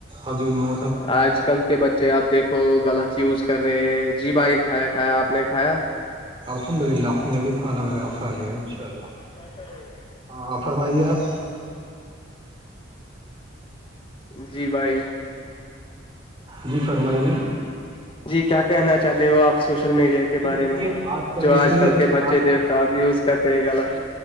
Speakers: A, on the right; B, on the left.
A: ابھی مو
B: آج کل کے بچے آپ دیکھو غلط یوز کر رہے ہیں جی بھائی کھایا کھایا آپ نے کھایا
A: الحمد للہ ہم نے بھی کھانا وا کھا لیا انشاء اللہ
B: کیا کر رہے
A: ہاں فرمائیے آپ
B: جی بھائی
A: جی فرمائیے
B: جی کیا کہنا چاہتے ہو آپ سوشل میڈیا کے کے
A: جی
B: بارے
A: دیکھیے
B: میں جو آج
A: کی
B: کل
A: اگر
B: کے بچے
A: بات کی
B: دیکھ آپ یوز کرتے ہیں گل